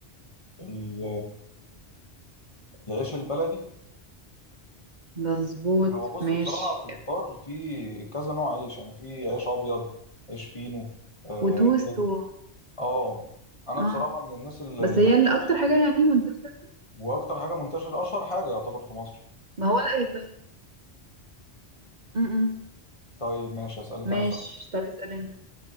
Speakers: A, on the left; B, on the right.
A: ال- العيش البلدي
B: مظبوت
A: هو بص
B: ماشي
A: بصراحة في الفطار في كذا نوع عيش يعني في عيش أبيض عيش فينو آه
B: وتوست
A: كده.
B: و...
A: آه، أنا
B: اه
A: بصراحة من الناس اللي
B: بس
A: اللي
B: هي
A: بحب
B: اللي أكتر حاجة
A: العيش.
B: يعني منتشرة
A: وأكتر حاجة منتشرة أشهر حاجة يعتبر في مصر
B: ما هو الأيت م- م.
A: طيب ماشي أسألك
B: ماشي
A: أنا سؤال
B: طب اسأل انت